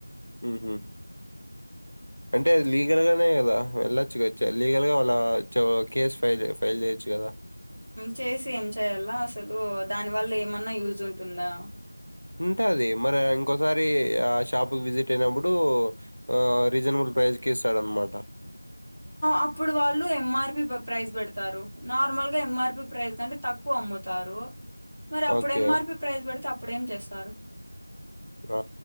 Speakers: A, on the left (about 75°); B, in the centre.
A: ఉహు అంటే అది లీగల్ గానే కదా వెళ్ళొచ్చుద లీగల్ గా వాళ్ళ కేసు ఫైల్ ఫైల్ చేయొచ్చు కదా
B: చేసి ఏం చేయాలా అసలు దానివల్ల ఏమన్నా యూజ్ ఉంటుందా
A: ఉంటాది మరి ఇంకోసారి ఆ షాప్ క విజిట్ అయినప్పుడు ఆ రీజనబు ప్రైస్కి ఇస్తాడనమాట
B: అప్పుడు వాళ్ళు ఎంఆర్పి ప్రైస్ పెడతారు నార్మల్ గా ఎంఆర్పి ప్రైస్ కంటే తక్కువ అమ్ముతారు మరి అప్పుడు
A: ఓకే.
B: ఎమ్మార్పీ ప్రైస్ పెడితే అప్పుడేం చేస్తారు
A: ఆ